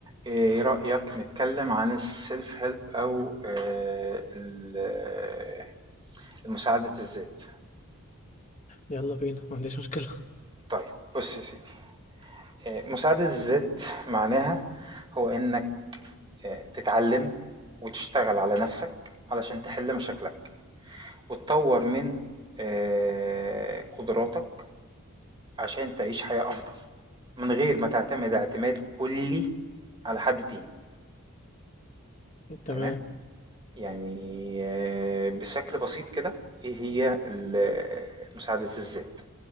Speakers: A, on the right; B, on the left.
A: إيه رأيك نتكلم عن السيلف هيلب أو آه، ال- المساعدة الذات
B: يلا بينا ما عنديش مشكلة
A: طيب بص يا سيدي آه، مساعدة الذات معناها هو إنك آه، تتعلم وتشتغل على نفسك علشان تحل مشاكلك وتطور من آه، قدراتك عشان تعيش حياة أفضل من غير ما تعتمد اعتماد كلي على حد تاني
B: تمام
A: تمام يعني آه، بشكل بسيط كده ايه هي ال- مساعدة الذات